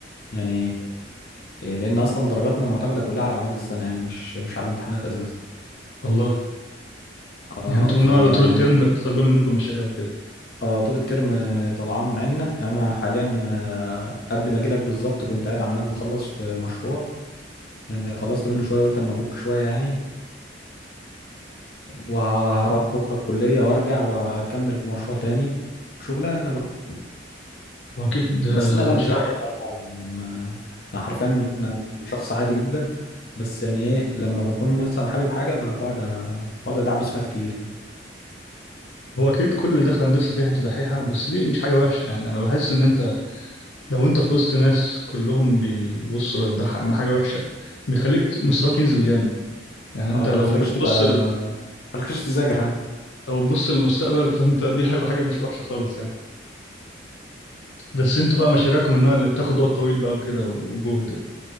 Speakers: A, on the left (about 55°); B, on the left (about 80°).
A: يعني آه، لان اصلا درجاتنا معتمده كلها على اعمال السنه يعني مش مش على الامتحانات اساسا
B: والله
A: اه
B: يعني انتوا
A: فيعني
B: من النوع اللي طول الترم طالبين منكم مشاريع وكده
A: اه طول الترم طلعان عنا يعني انا حاليا آه، قبل ما اجيلك بالظبط كنت قاعد عمال بخلص في مشروع يعني خلصت منه شويه قلت اما افك شويه يعني وهروح بكره الكليه وارجع واكمل في مشروع تاني شغلانه بقى
B: هو اكيد آه،
A: بس انا لا
B: مشاريع
A: مش دحيح ولا حاجه يعني انا ما انا حرفيا شخص عادي جدا بس يعني ايه لما بكون مثلا حابب حاجه ب- بقعد أ- بقعد ادعبس فيها كتير يعني
B: هو اكيد كل اللي داخل هندسه فيه حته دحيحه بس دي مش حاجه وحشه يعني انا بحس ان انت لو انت في وسط ناس كلهم بيبصوا للدح ان حاجه وحشه بيخليك ت- مستواك ينزل جامد يعني انت
A: اه
B: لو
A: ما خلكش
B: بتبص
A: تبقى
B: ال...
A: ما خلكش تذاكر حتى
B: لو بتبص للمستقبل <laughs> فانت دي هيبقى حاجه مش وحشه خالص يعني بس انتوا بقى مشاريعكم من النوع اللي بتاخد وقت طويل بقى وكده وجهد